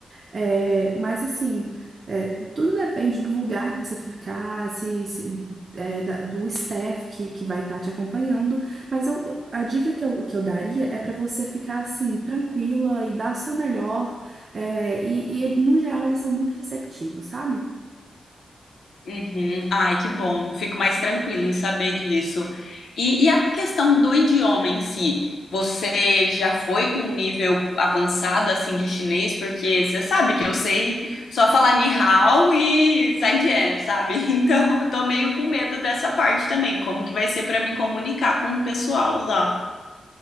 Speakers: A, on the right; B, on the left.
A: É, mas assim, é, tudo depende do lugar que você ficar, se, se- é, da- do staff que, que vai estar te acompanhando. Mas eu, a dica que eu, que eu daria é para você ficar assim, tranquila e dar o seu melhor. É, e, e, no geral, eles são muito receptivos, sabe?
B: Uhum. Ai, que bom. Fico mais tranquila em saber disso. E, e a questão do idioma em si? Você já foi com um nível avançado assim de chinês? Porque você sabe que eu sei só falar ni hao e zaijian, sabe? <laughs> Então eu tô meio com medo dessa parte também. Como que vai ser para me comunicar com o pessoal lá?